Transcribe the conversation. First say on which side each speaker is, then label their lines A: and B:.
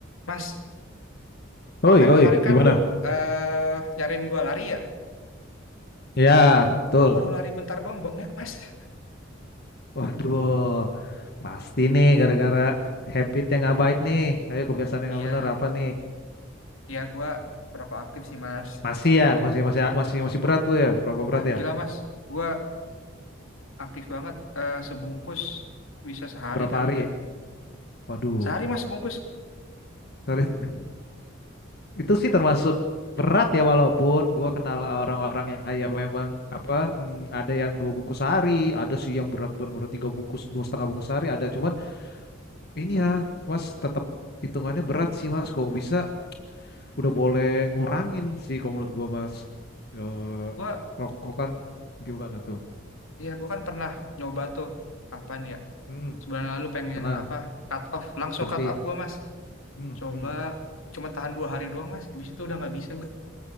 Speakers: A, on the left (about 85°); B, on the left (about 50°).
A: Mas,
B: Oi,
A: kan
B: oi,
A: kemarin
B: gimana?
A: kan lu eh nyariin gua lari ya?
B: Ya, betul.
A: Gua baru lari bentar doang bengek, Mas. <laughs>
B: Waduh, pasti nih gara-gara habit yang nggak baik nih. Ayo kebiasaan yang
A: Iya,
B: nggak bener apa nih?
A: iya gua perokok aktif sih, Mas.
B: Masih ya, masih masih masih masih berat tuh ya. Berapa berat
A: Ah, gila,
B: ya?
A: Mas. Gua aktif banget eh sebungkus bisa sehari
B: Berapa
A: kali
B: hari?
A: ya.
B: Waduh,
A: Sehari, Mas, bungkus.
B: sorry. <laughs> Itu sih termasuk berat ya walaupun gua kenal orang-orang yang kayak memang apa mm, ada yang dua bungkus sehari, ada sih yang berat bener-bener tiga bungkus, dua setengah bungkus sehari ada. Cuman ini ya, Mas tetap hitungannya berat sih Mas. Kok bisa? udah boleh ngurangin sih kalau menurut gua mas Eh,
A: Gua
B: rokok kan gimana tuh
A: iya, gua kan pernah nyoba tuh kapan ya?
B: hmm,
A: Sebulan lalu pengen
B: pernah
A: apa? Cut off, langsung
B: berhenti
A: cut off gua, Mas.
B: hmm,
A: Coba
B: hmm.
A: cuma tahan dua hari doang, Mas. Habis itu udah nggak bisa gua.